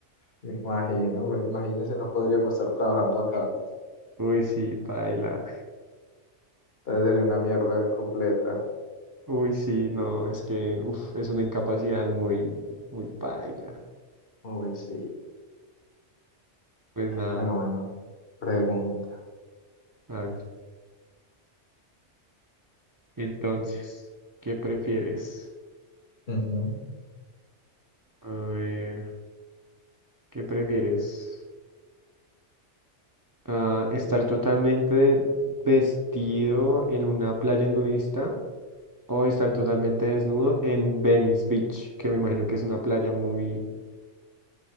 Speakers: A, on the left; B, on the right.
A: Me imagino, güey, imagínese, no podríamos estar trabajando acá.
B: uy, sí, paila.
A: Entonces sería una mierda completa.
B: Uy, sí, no, es que uf, es una incapacidad muy, muy paila.
A: Uy, sí,
B: Pues nada,
A: pero bueno, pregunta.
B: a ver. Entonces, ¿qué prefieres?
A: Ujú.
B: A ver, ¿qué prefieres? Ah, ¿estar totalmente vestido en una playa nudista o estar totalmente desnudo en Venice Beach, que me imagino que es una playa muy,